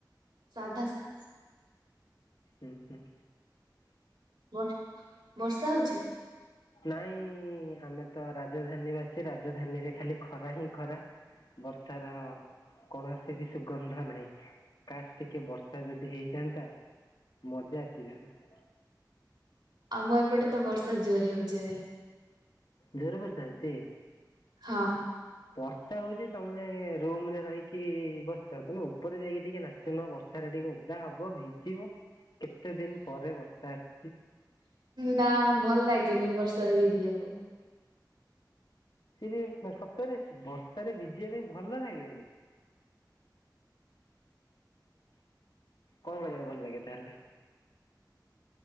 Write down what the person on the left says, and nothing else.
ହୁଁ ହୁଁଁ।
ନାଇଁ ଆମେ ତ ରାଜଧାନୀ ବାସୀ, ରାଜଧାନୀରେ ଖାଲି ଖରା ହିଁ ଖରା। ବର୍ଷାର କୌଣସି ବି ସୁଗନ୍ଧ ନାହିଁ। କାସ୍ ଟିକେ ବର୍ଷା ଯଦି ହେଇଯାଆନ୍ତା ମଜା ଆସିଯାନ୍ତା।
ଜୋରେ ବର୍ଷା ହେଉଛି?
ବର୍ଷା ହଉଛି ତମେ ରୁମ ରେ ରହିକି ବସିଚ ତମେ ଉପରେ ଯାଇକି ଟିକେ ନା <unintelligible> ବର୍ଷାରେ ଟିକେ ଉଦା ହବ ଭିଜିବ କେତେ ଦିନ ପରେ ବର୍ଷା ଆସି।
ସିଏ ସତରେ ବର୍ଷାରେ ଭିଜିବା ପାଇଁ ଭଲ ଲାଗେନି? କଣ କରିବାକୁ ଭଲ ଲାଗେ ତାହେଲେ?